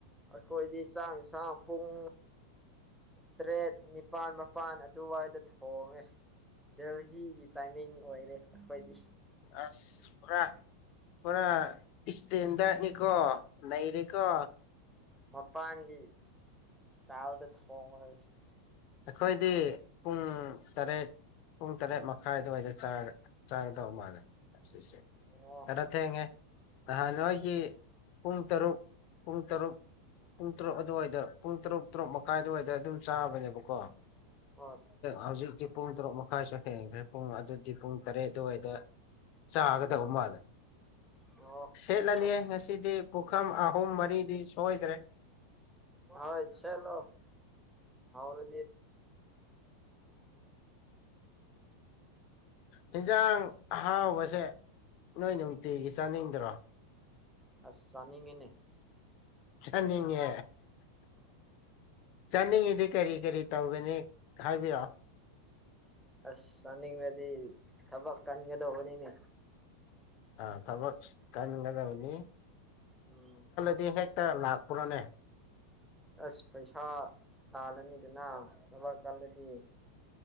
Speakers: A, in the centre; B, on the left (about 45°).
A: ꯑꯩꯈꯣꯏꯗꯤ ꯆꯥꯡ ꯌꯦꯟꯁꯥꯡ ꯄꯨꯡ ꯇꯔꯦꯠ ꯅꯤꯄꯥꯜ ꯃꯄꯜ ꯑꯗꯨꯋꯥꯏꯗ ꯊꯣꯡꯉꯦ ꯗꯦꯜꯍꯤꯒꯤ ꯇꯥꯏꯃꯤꯡ ꯑꯣꯏꯔꯦ ꯑꯩꯈꯣꯏꯗꯤ
B: ꯑꯁꯄꯥ ꯄꯨꯔꯥ ꯏꯁꯇꯦꯟꯗꯅꯤꯀꯣ ꯂꯩꯩꯔꯤꯦꯀꯣ
A: ꯃꯄꯥꯟꯒꯤ ꯇꯥꯗ ꯊꯣꯡꯉ
B: ꯑꯩꯈꯣꯏꯗꯤ ꯄꯨꯡ ꯄꯨꯡ ꯇꯔꯦꯠ ꯄꯨꯡ ꯇꯔꯦꯠ ꯃꯈꯥꯏ ꯑꯗꯨꯋꯥꯏꯗ ꯆꯥꯒꯗꯧ ꯃꯥꯜꯂꯦ ꯦ
A: ꯑꯣ
B: ꯀꯔꯠꯇ ꯌꯦꯉꯦ ꯅꯍꯥꯟ ꯅꯋꯥꯏꯒꯤ ꯄꯨꯡ ꯇꯔꯨꯛ ꯄꯨꯡ ꯇꯔꯨꯛ ꯄꯨꯡ ꯇꯔꯨꯛ ꯑꯗꯨꯋꯥꯏꯗ ꯄꯨꯡ ꯇꯔꯨꯛ ꯇꯔꯨꯛ ꯃꯈꯥꯏ ꯑꯗꯨꯋꯥꯏꯗ ꯑꯗꯨꯝ ꯆꯥꯕꯅꯦꯕ ꯀꯣ
A: ꯍꯣꯏ
B: ꯍꯧꯖꯤꯛꯇꯤ ꯄꯨꯡ ꯇꯔꯨꯛ ꯃꯈꯥꯏꯁꯨ ꯍꯦꯟꯈ꯭ꯔꯦ ꯄꯨꯡ ꯑꯗꯨꯗꯤ ꯄꯨꯡ ꯇꯔꯦꯠ ꯑꯗꯨꯋꯥꯏꯗ ꯆꯥꯒꯗꯕ ꯃꯥꯜꯂꯦ
A: ꯑꯣ
B: ꯁꯠ ꯑꯅꯤ
A: ꯑꯁ
B: ꯍꯁꯤꯗꯤ ꯄꯨꯈꯥꯝ ꯑ ꯑꯍꯨꯝ ꯃꯔꯤꯗꯤ ꯁꯣꯏꯗ꯭ꯔꯦ
A: ꯍ ꯆꯂꯣ ꯍꯧꯔ
B: ꯍꯖ ꯑꯥꯡ ꯑ ꯍꯥꯎꯕꯁꯦ ꯅꯣꯏ ꯅꯨꯃꯤꯠꯇꯤꯒꯤ ꯆꯥꯅꯤꯡꯗꯔꯣ
A: ꯑꯁ ꯆꯥꯅꯤꯡꯉꯤꯅꯦ
B: ꯆꯥꯅꯤꯡꯉꯦ ꯆꯠꯅꯤꯡꯉꯤꯗꯤ ꯀꯔꯤ ꯀꯔꯤ ꯇꯧꯒꯅꯤ ꯍꯥꯏꯕꯤꯔꯛꯑꯣ
A: ꯑꯁ ꯆꯥꯅꯤꯡꯕꯗꯤ ꯊꯕꯛ ꯀꯟꯒꯗꯧꯕꯅꯤꯅꯦ
B: ꯑ ꯊꯕ ꯀꯥꯏꯅ ꯀꯥꯏꯗꯕꯅꯤ
A: ꯎꯝ
B: ꯗꯤ ꯍꯦꯛꯇ ꯂꯥꯛꯄ꯭ꯔꯅꯦ
A: ꯑꯁ ꯄꯩꯁꯥ ꯇꯥꯜꯂꯅꯤꯗꯅ ꯂꯕꯥꯥꯛ ꯀꯜꯗꯤ